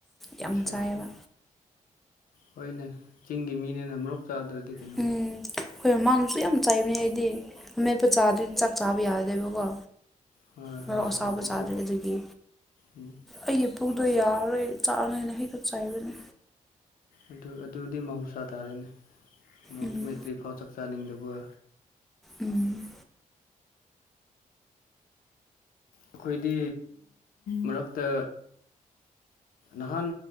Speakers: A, in the centre; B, on the left (about 80°).
A: ꯌꯥꯝ
B: ꯑꯠꯆꯥ
A: ꯆꯥꯏꯌꯦꯕ
B: ꯑꯠꯆꯥ ꯍꯣꯏꯅꯦ ꯆꯤꯡꯒꯤ ꯃꯤꯅꯦꯅ ꯃꯣꯔꯣꯛ ꯆꯥꯗ꯭ꯔꯗꯤ ꯀꯩꯅꯣ
A: ꯎꯝ ꯑꯩꯈꯣꯏ ꯃꯃꯥꯡꯁꯨ ꯌꯥꯝ ꯆꯩꯕꯅꯦ ꯑꯩꯗꯤ ꯑꯃꯦꯠꯄ ꯆꯥꯥꯗꯔꯗꯤ ꯆꯥꯛ ꯆꯥꯕ ꯌꯥꯔꯗꯦꯕꯀꯣ
B: ꯍꯣꯏ
A: ꯃꯣꯔꯣꯛ
B: ꯍꯣꯏ
A: ꯑꯁꯥꯕ
B: ꯍꯣꯏ ꯑꯗꯨꯗꯤ
A: ꯆꯥꯗ꯭ꯔꯦ ꯑꯗꯨꯒꯤ
B: ꯎꯝ
A: ꯑꯩꯒꯤ ꯄꯨꯛꯗꯣ ꯌꯥꯔꯔꯣꯏ ꯆꯥꯒꯅꯨꯅ ꯍꯦꯛꯇ ꯆꯩꯕꯅꯦ
B: ꯑꯗꯨ ꯑꯗꯨꯗꯤ ꯃꯍꯧꯁꯥ ꯇꯥꯔꯦꯅꯦ ꯃꯣꯔꯣꯀ
A: ꯎꯝ
B: ꯃꯦꯠꯇ꯭ꯔꯤꯐꯥꯎ ꯆꯥꯛ ꯆꯥꯅꯤꯡꯗꯕ
A: ꯎꯝ
B: ꯑꯩꯈꯣꯏꯗꯤ ꯃꯔꯛꯇ ꯅꯍꯥꯟ